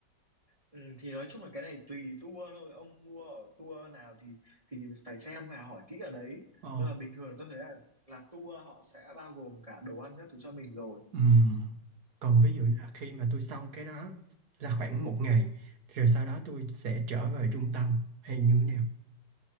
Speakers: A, on the right; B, on the right.
A: ừ, thì nói chung là cái này tùy tour thôi ông mua ở tour nào thì thì phải xem phải hỏi kỹ ở đấy
B: Ồ,
A: nhưng mà bình thường tôi thấy là là tour họ sẽ bao gồm cả đồ ăn các thứ cho mình rồi
B: ừ. Còn ví
A: Ừ.
B: dụ là khi mà tôi xong cái đó là khoảng một ngày, rồi sau đó tôi sẽ trở về trung tâm hay như thế nào?